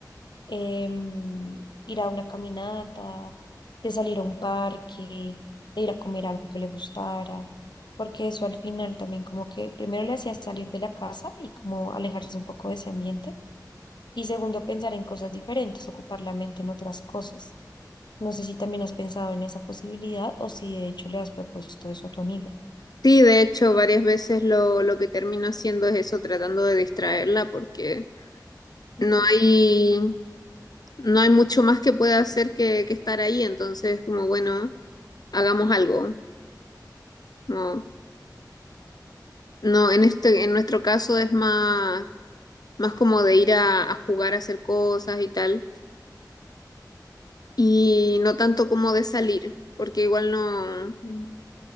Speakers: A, on the left (about 85°); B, on the left (about 60°).
A: em, ir a una caminata, de salir a un parque, de ir a comer algo que le gustara, porque eso al final también como que primero le hacía salir de la casa y como alejarse un poco de ese ambiente, y segundo pensar en cosas diferentes, ocupar la mente en otras cosas. No sé si también has pensado en esa posibilidad o si de hecho le has propuesto eso a tu amiga.
B: Sí, de hecho, varias veces lo, lo que termino haciendo es eso, tratando de distraerla porque
A: ¿no?
B: no hay, no hay mucho más que pueda hacer que, que estar ahí, entonces como bueno, hagamos algo. como, no, en este, en nuestro caso es más más como de ir a, a jugar, a hacer cosas y tal, y no tanto como de salir, porque igual no,
A: Mm.